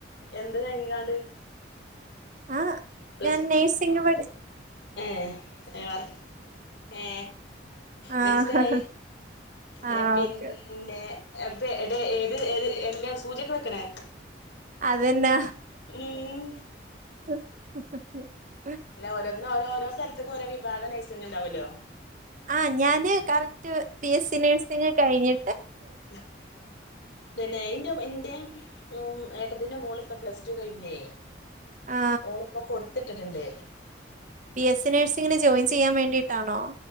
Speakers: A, on the left; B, on the right.
A: എന്ത് കഴിഞ്ഞിക്കാണ്ട്
B: ആ
A: പ്ലസ്
B: ഞാൻ നൈ്സിംങ്ങ് പടി
A: ഏ ഏ വർ ഏ
B: ആഹ്
A: മനസിലായി
B: ആഹ്
A: ഏ പിന്നെ
B: ഓക്കെ
A: പ്പ എടെ ഏത് ഏത് എല്ലാ സൂചക്ക് വെക്കണേ
B: അതന്നെ
A: ഉം
B: <unintelligible>
A: അല്ലാ ഓരോതിനും ഓരോ ഓരോ സ്ഥലത്തക്കും ഓരോ വിഭാഗം നഴ്സിങ് ഉണ്ടാവൊല്ലോ
B: ആഹ് ഞാന് correct B S C nursing കഴിഞ്ഞി
A: ഉം പിന്നെ ഇന്റെ ഇന്റെ ഉം ഏട്ടത്തിന്റെ മോളിപ്പ പ്ലസ് ടു കഴിഞ്ഞേ
B: ആ
A: ഓളിപ്പ കൊടു ത്ത് ഇട്ടിട്ടുണ്ട്
B: ബി എസ് സി നേഴ്സിങ്ങിന് ജോയിൻ ചെയ്യാൻ വേണ്ടിയിട്ടാണോ